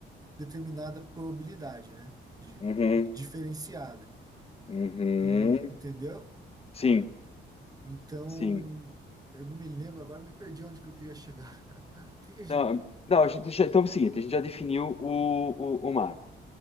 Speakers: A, on the right; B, on the left.
A: determinada probabilidade, né, de-
B: uhum,
A: diferenciada.
B: uhum.
A: E entendeu?
B: Sim,
A: Então
B: sim.
A: eu não me lembro agora, me perdi onde que eu queria chegar. <laughs> O que que a gente?
B: Não, não, a gente já, então é o seguinte, a gente já definiu o, o, o mago.